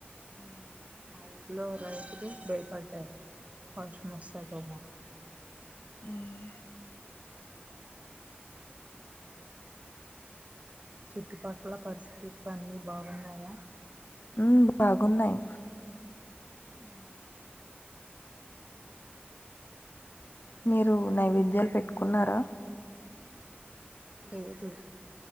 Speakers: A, on the left (about 60°); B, on the right (about 35°).
A: మ్మ్
B: మా ఊర్లో రైతులే భయపడ్డారు వర్షం వస్తాదేమో అని
A: మ్మ్
B: చుట్టుపక్కల పరిస్థితులు అన్ని బాగున్నాయా
A: మ్మ్ బాగున్నాయి
B: మ్మ్ ఇంగ
A: మీరు నైవేద్యాలు పెట్టుకున్నారా
B: లేదు